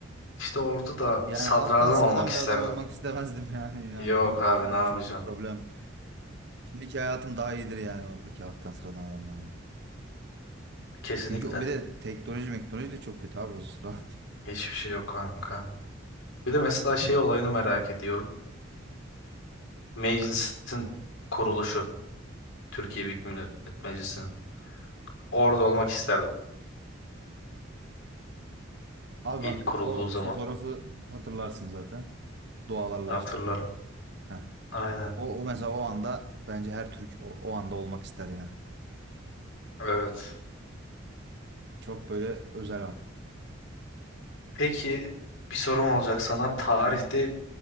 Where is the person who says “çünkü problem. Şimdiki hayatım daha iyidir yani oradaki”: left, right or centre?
Right